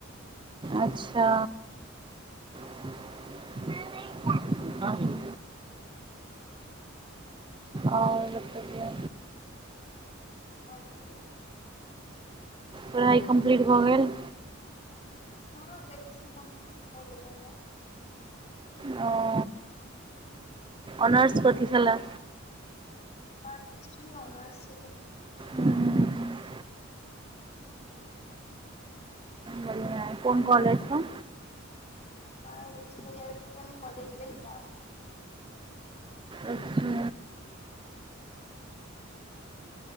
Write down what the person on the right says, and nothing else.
अच्छा हँ <unintelligible> आओर बतबीयौ
पढ़ाइ कम्प्लीट भऽ गेल
ओ अनर्स कथि छला
हम्म, बढ़िआँ कोन कॉलेज स
अच्छा